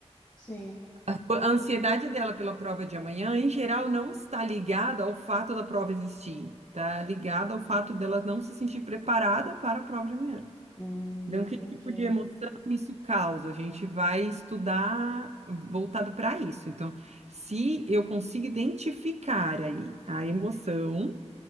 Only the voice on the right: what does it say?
A ansiedade dela pela prova de amanhã, em geral, não está ligada ao fato da prova existir. Está ligada ao fato dela não se sentir preparada para a prova de amanhã.
Então,
que tipo de emoção isso causa? A gente vai estudar voltado para isso. Então, se eu consigo identificar aí a emoção.